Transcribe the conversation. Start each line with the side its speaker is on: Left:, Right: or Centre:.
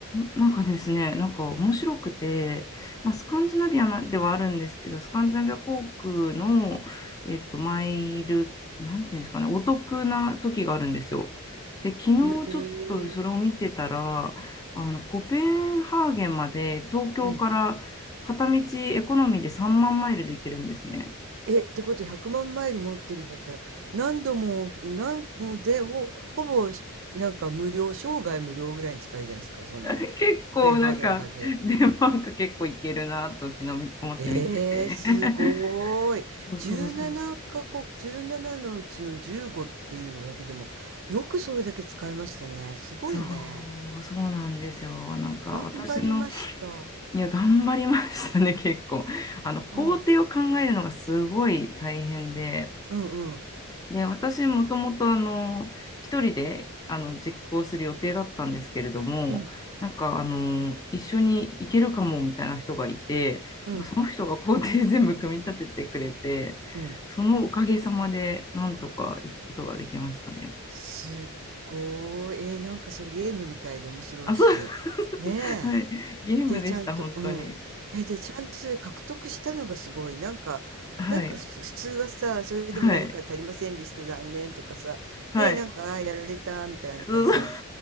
Left: なんかですね、なんか面白くて、
Right: うん
Left: まあ、スカンジナビアなではあるんですけど、スカンジナビア航空の、えっと、マイル、なんていうんですかね、お得な時があるんですよ。で、昨日ちょっとそれを見てたら、
Right: うん。へえ。
Left: あの、コペンハーゲンまで東京から片道エコノミーで3万マイルで行けるんですね。
Right: うん。え、ってことは100万マイル持ってるんだったら、何度も、何もうで、ほ、ほぼし、なんか無料、生涯無料ぐらいに近いじゃないですか、そんな、
Left: <laughs> 結構なんか、
Right: コペンハーゲンまで。
Left: デンマーク結構いけるなと昨日思って見てて。
Right: えー、すごーい。
Left: <laughs> そうそうそう。
Right: 17カ国、17のうちの15っていうのだけでも、よくそれだけ使いましたね。すごいね。
Left: そう、そうなんですよ。なんか私の、
Right: 頑張りました。
Left: いや、頑張りましたね、結構。あの、工程を考えるのがすごい大変で。
Right: はうんうん。
Left: で、私もともとあの、一人であの実行する予定だったんですけれども、
Right: うん。
Left: なんかあの、一緒に行けるかもみたいな人がいて、
Right: うん。
Left: なんかその人が工程全部組み立ててくれて、
Right: うん。
Left: そのおかげさまでなんとか行くことができましたね。
Right: すっごい。えーなんかそれゲームみたいで面白いし。
Left: あ、そう、<laughs>
Right: ねえ。
Left: はい。ゲームでした、
Right: で、ちゃんと、
Left: 本当に。
Right: うん。え、で、ちゃんとそれ獲得したのがすごい。なんか、
Left: はい。
Right: なんか普通、普通はさ、それでも何か足りませんでした、
Left: はい。
Right: 残念とかさ。
Left: はい。
Right: ねえ、なんか、あーやられた、みたいな感じになる。
Left: そうそう